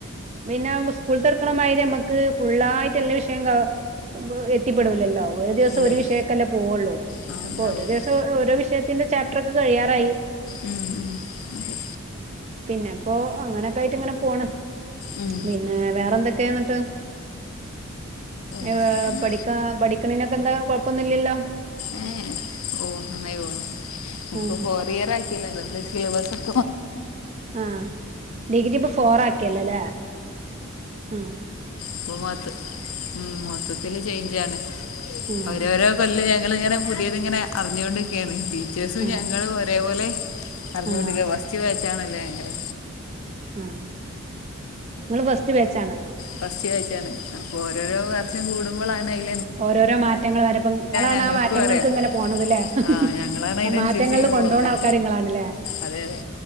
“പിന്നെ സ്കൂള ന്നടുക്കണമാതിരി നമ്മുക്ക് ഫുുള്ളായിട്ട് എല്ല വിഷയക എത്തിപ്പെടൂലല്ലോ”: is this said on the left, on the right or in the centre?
Right